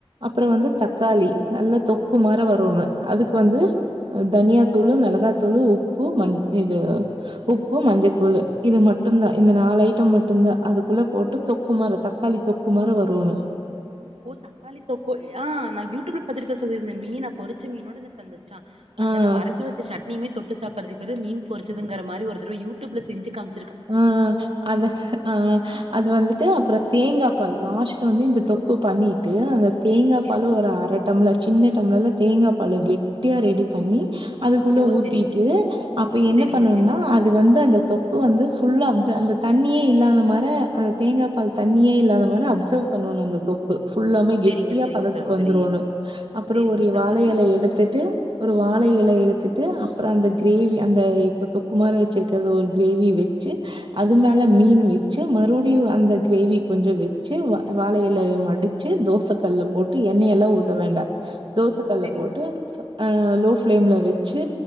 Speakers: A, on the right (about 55°); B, on the right (about 75°).
A: அப்பறொ வந்து தக்காளி நல்லா தொக் கு மார வரோனு அதுக்கு வந்து தனியா தூளு மெளகாத்தூளு உப்பு மஞ் இது உப்பு மஞ்சத்தூளு இது மட்டுந்தா இந்த நாலு ஐட்டம் மட்டுந்தா அதுக்குள்ள போட்டு தொக்கு மார தக்காளி தொக்கு மார வரோனு
B: ஓ தக்காளி தொக்கோ ஆ நா யூடூப்ல பாத்ருக்க ஸொ இந்த மீன பொறிச்ச மீனோட எனக் அந்த ச அந்த
A: ஆ.
B: நம்ப அரச்சி வெச்ச ச ட்னியிமே தொட்டு சாப்பற்துக் பதில் மீன் பொருச்சதுங்கற மாரி ஒரு தரவ யூடியூப்ல செஞ்சு காம்
A: ஆ ஆ அது ஆ ஆ அது வந்துட்டு அப்றோ தேங்காப்பாலு லாஸ்ட்ல வந்து இந்த தொக் க்கு பண்ணிட்டு அந்த தேங்காப்பால
B: சேரி
A: ஒரு அர டம்ளர் சின்ன டம்ளர்ல தேங்காப்பால கெட்டியா ரெடி பண்ணி அதுக்குள்ள
B: ஓ
A: ஊத்திட்டு
B: சேரி
A: அப்போ என்ன
B: சேரிங்க
A: பண்ணோன்னா
B: சேரிங்க
A: அது வந்து அந்த தொக்க வந்து ஃபுல்லா அப்த அந்த தண்ணியே இல்லாத மார அத தேங்காப்பால் தண்ணியே இல்லாத மார அப்சவ் பண்ணோணு அந்த தொக்கு ஃபுல்லாம கெட்டியா
B: சேரிங்க சேரிங்க
A: பதத்துக்கு
B: சகோதரி
A: வந்துரோனு அப்பறோ
B: சேரிங்க
A: ஒரு எ
B: சகோதரி
A: வாழ எல எடுத்துட்டு ஒரு வாழ இலை எடுத்துட்டு அப்றொ அந்த க்ரேவி அந்த இப்ப தொக்கு மார வெச்சிருக்கறது ஒரு க்ரேவி வெச் சி அது மேல மீன் வெச்சு மறுப்டியு அந்த க்ரேவி கொஞ்சொ வெச்சி வ வாழ எலயப் மடிச்சு தோச கல்ல போட்டு எண்ணெயெல்லா ஊத்த வேண்டா தோசக்கல்லப்
B: ஓ சேரிங்க
A: போட்டு ஆ லோ ஃப் ஃப்ளேம்ல வெச்சு